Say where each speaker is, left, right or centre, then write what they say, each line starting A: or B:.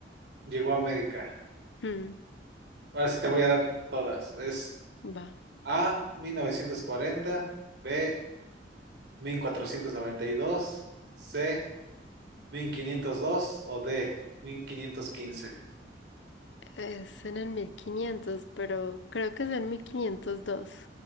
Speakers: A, on the right (about 70°); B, on the left (about 80°).
A: llegó a América.
B: Hmm,
A: Ahora sí te voy a dar todas. Es
B: va.
A: A, mil novecientos cuarenta B, mil cuatrocientos noventa y dos C, 1502 o D, mil quinientos quince
B: Es en el 1500, pero creo que es en 1502.